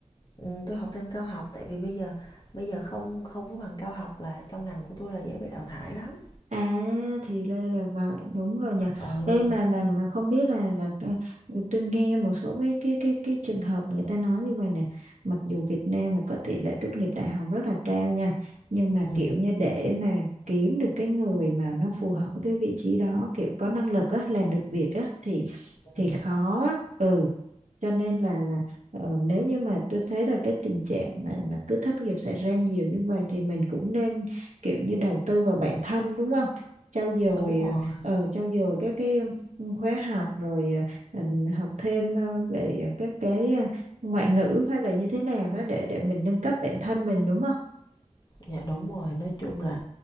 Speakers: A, on the left; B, on the right.
A: Ừ, tôi học thêm cao học tại vì bây giờ bây giờ không không có bằng cao học là trong ngành của tôi là dễ bị đào thải lắm.
B: À thì đây là vậy đúng rồi nhỉ.
A: Ừ.
B: đây mà mà mà không biết là là cái- tôi nghe một số cái cái cái cái trường hợp người ta nói như vậy nè. Mặc dù Việt Nam là có tỷ lệ tốt nghiệp đại học rất là cao nha, nhưng mà
A: Ừ.
B: kiểu như để mà kiếm được cái người mà nó phù hợp với cái vị trí đó, kiểu có năng lực á, làm được việc á thì thì
A: ừ.
B: khó á. Ừ cho nên là là ờ, nếu như mà tôi thấy là cái tình trạng mà mà cứ thất nghiệp xảy ra nhiều như vậy thì mình cũng nên kiểu như đầu tư vào bản thân đúng không trau dồi
A: Đúng rồi,
B: ờ, ờ, trau dồi các cái ừ, khóa học rồi ờ, học thêm ờ, về các cái ờ, ngoại ngữ hay là như thế nào đó để để mình nâng cấp bản thân mình đúng không
A: dạ đúng rồi, nói chung là